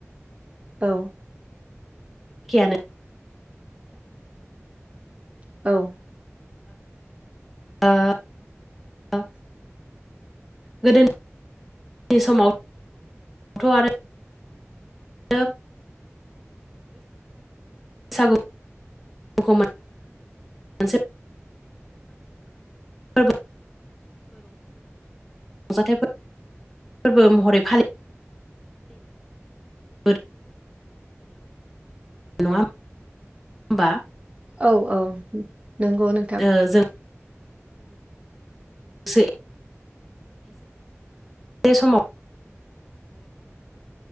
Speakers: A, on the right; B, in the centre.
A: औ
B: खेयानो
A: औ
B: <unintelligible> गोदोनि समावथ' आरो <unintelligible> बैसागुखौ <unintelligible> फोरबो रंजाथाइ फोरबो महरै फालि <unintelligible> नंङा ओमबा
A: औ औ नंगौ नोंथां
B: ओ जों से <unintelligible> बे समाव